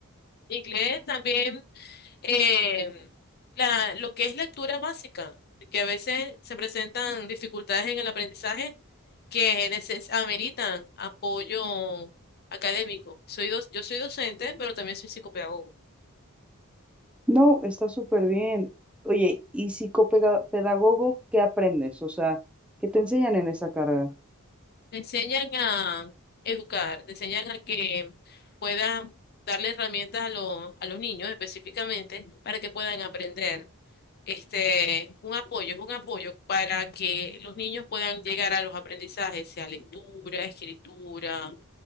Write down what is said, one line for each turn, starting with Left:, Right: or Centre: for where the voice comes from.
Left: Inglés también, eh, la, lo que es lectura básica, que a veces se presentan dificultades en el aprendizaje que neces- ameritan apoyo académico. Soy doc- yo soy docente, pero también soy psicopedagogo.
Centre: No, está súper bien. Oye, ¿y psicopedagogo qué aprendes? O sea, ¿qué te enseñan en esa carrera?
Left: Te enseñan a educar, te enseñan a que puedan darle herramientas a, lo- a los niños específicamente para que puedan aprender este, un apoyo, es un apoyo para que los niños puedan llegar a los aprendizajes, sea lectura, escritura,